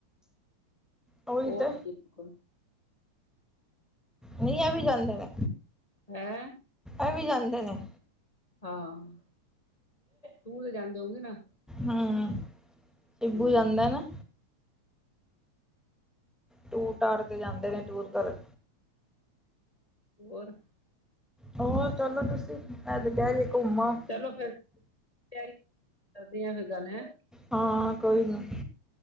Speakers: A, in the centre; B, on the left.
A: ਉਹੀ
B: ਉਹ
A: ਤੇ
B: ਬਿਲਕੁਲ
A: ਨਈ ਇਹ ਵੀ ਜਾਂਦੇ ਨੇ।
B: ਹੈਂ
A: ਇਹ ਵੀ ਜਾਂਦੇ ਨੇ।
B: ਹਾਂ ਟੂਰ ਤੇ ਜਾਂਦੇ ਹੋਗੇ ਨਾ।
A: ਹਮ ਸ਼ਿੱਬੂ
B: ਹਮ
A: ਜਾਂਦਾ ਨਾ। ਟੂਰ ਟਾਰ ਤੇ ਜਾਂਦੇ ਨੇ ਟੂਰ ਕਰਨ।
B: ਹੋਰ
A: ਹੋਰ ਚਲੋ ਤੁਸੀਂ ਮੈਂ ਤੇ ਕਿਹ ਰਹੀ ਹਾਂ ਘੁੰਮ ਆਓ।
B: ਚਲੋ ਫੇਰ ਤਿਆਰੀ ਕਰਦੇ ਹ <unintelligible> ਗੱਲ ਹੈ।
A: ਹਾਂ ਕੋਈ ਨੀ।